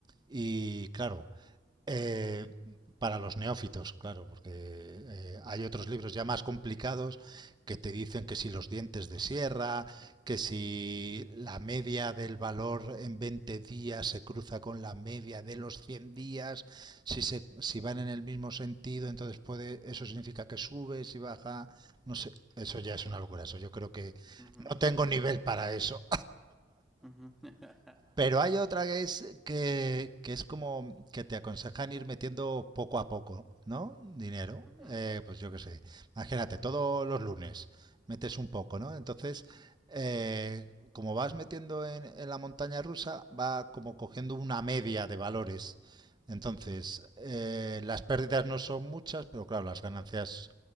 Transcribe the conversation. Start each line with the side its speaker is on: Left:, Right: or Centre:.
Right: y claro, eh, para los neófitos, claro, porque eh, hay otros libros ya más complicados que te dicen que si los dientes de sierra, que si la media del valor en 20 días se cruza con la media de los 100 días, si, se, si van en el mismo sentido, entonces puede, eso significa que sube, si baja, no sé, eso ya es una locura, eso yo creo que
Centre: ujú,
Right: no tengo nivel para eso.
Centre: ujú, <laughs>
Right: Pero hay otra que es que, que es como que te aconsejan ir metiendo poco a poco, ¿no? Dinero.
Centre: ujú,
Right: Eh, pues yo qué sé. Imagínate, todos los lunes metes un poco, ¿no? Entonces, eh, como vas metiendo en, en la montaña rusa, va como cogiendo una media de valores. Entonces, eh, las pérdidas no son muchas, pero claro, las ganancias